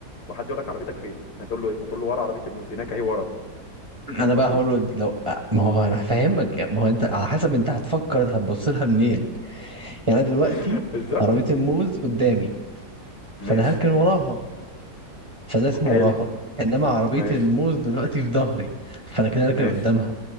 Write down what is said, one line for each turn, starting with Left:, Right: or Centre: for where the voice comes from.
Left: وحد يقول لك عربيتك فين هتقول له ايه هتقول له ورا عربية الموز هناك اهي ورا فاهم
Right: انا
Left: قصدي
Right: بقى هقول له لو أ- ما هو انا هفهمك يعني ما هو انت على حسب انت هتفكر انت هتبص لها منين يعني انا دلوقتي
Left: <laughs> بالظبط
Right: عربية الموز قدامي فانا
Left: ماشي
Right: هركن وراها فده اسمه
Left: حلو
Right: وراها انما عربية
Left: ماشي
Right: الموز دلوقتي في ظهري فانا كده هركن
Left: ماشي
Right: قدامها